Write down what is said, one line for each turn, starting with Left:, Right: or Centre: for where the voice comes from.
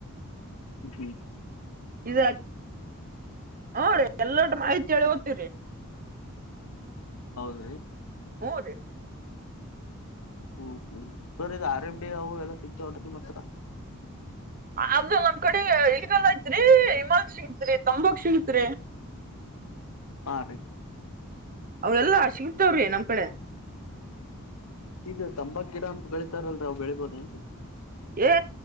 Left: ಿ
Right: ಇದ ನೋ ರೀ ಎಲ್ಲರ ಮಾಹಿತಿ ಹೇಳಿ ತರಿ
Left: ಹೌದ
Right: ಹೋದರಿ
Left: ಹ್ಮ್ ಹ್ಮ್ sir E R M D ಅವು ಎಲ್ಲ ಸಿಗ್ತಾವ ಹೊಂಟ ನಿಮ್ಮ್ ಹತ್ರರ
Right: ಅದ ನಮ್ ಕಡೆ ಇಲ್ಗಲ್ಲ ಐತ್ರಿ ಹಿಮಾಲ ಸಿಗತ್ರಿ ತಂಬಕ್ ಸಿಗತ್ರಿ
Left: ಹಾ ರೀ
Right: ಅವ ಎಲ್ಲಾ ಸಿಗತವ್ರಿ ನಮ್ ಕಡೆ
Left: ಇಗ ತಂಬಾ ಗಿಡ ಅಂತ ಬೆಳಿತಾರಲ್ರಿ ಅ ಅವವು ಬೆಳಿಬೋದೇ
Right: ಏ